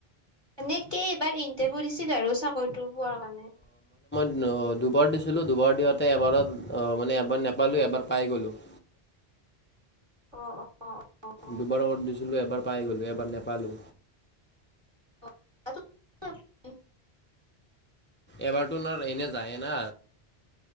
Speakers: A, on the right; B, on the left.
A: এনেকেই এইবাৰ ইণ্টাৰভিউ দিছিল আৰু চাকৰিটো পোৱাৰ কাৰণে
B: নহয়, দুবাৰ দিছিলোঁ, দুবাৰ দিওঁতে এবাৰত অ' মানে এবাৰ নাপালোঁ এবাৰ পায় গ'লোঁ। <inaudible>
A: অ' অ'। অ
B: দুবাৰ দিছিলো, এবাৰ পাই গলো এবাৰ নেপালো।
A: আ
B: এবাৰতো ন এনে যায়ে না